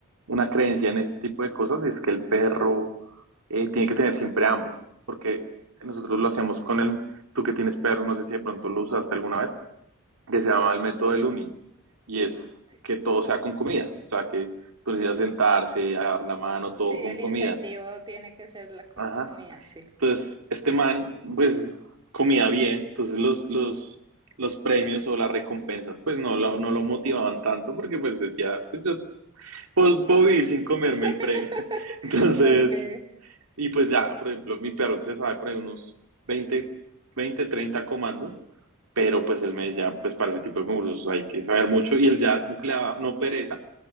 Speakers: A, on the right (about 75°); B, on the right (about 20°).
A: una creencia en este tipo de cosas, es que el perro eh, tiene que tener siempre hambre, porque nosotros lo hacemos con el, tú que tienes perro, no sé si de pronto lo usaste alguna vez, que se llama el método del uni, y es
B: Sí,
A: que todo sea con comida, o sea, que tú necesitas sentarse, agarrar la mano, todo
B: sí,
A: con
B: el
A: comida.
B: incentivo tiene que ser la
A: Ajá.
B: comida, sí.
A: Entonces, este man, pues, comía bien, entonces los, los, los premios o las recompensas, pues, no lo, no lo motivaban tanto porque, pues, decía, pues, yo puedo, puedo vivir sin comerme
B: <laughs>
A: el premio. <laughs> Entonces,
B: Okay,
A: y pues ya, por ejemplo, mi perro se sabe por ahí unos 20 20, 30 comandos, pero pues él me decía, pues, para ese tipo de concursos hay que saber mucho y él ya como que le daba, no pereza,